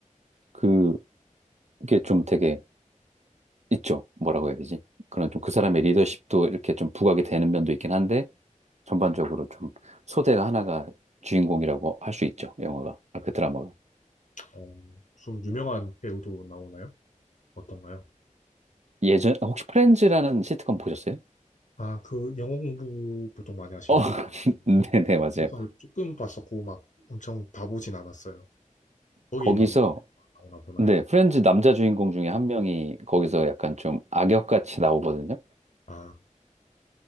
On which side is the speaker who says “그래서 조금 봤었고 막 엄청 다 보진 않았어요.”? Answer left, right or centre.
Left